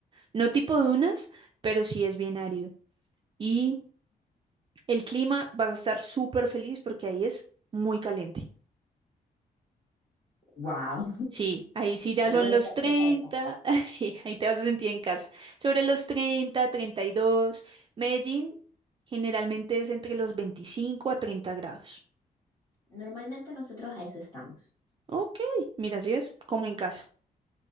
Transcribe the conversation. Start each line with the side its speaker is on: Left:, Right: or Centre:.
Right: No tipo dunas, pero sí es bien árido. Y el clima vas a estar súper feliz porque ahí es muy caliente.
Left: Wow,
Right: Sí, ahí sí ya
Left: ahí
Right: son
Left: voy a
Right: los
Left: estar cerca
Right: 30.
Left: de casa.
Right: <laughs> sí, ahí te vas a sentir en casa. Sobre los treinta, treinta y dos. Medellín generalmente es entre los 25 a 30 grados.
Left: Normalmente nosotros a eso estamos.
Right: Ok, mira, así es como en casa.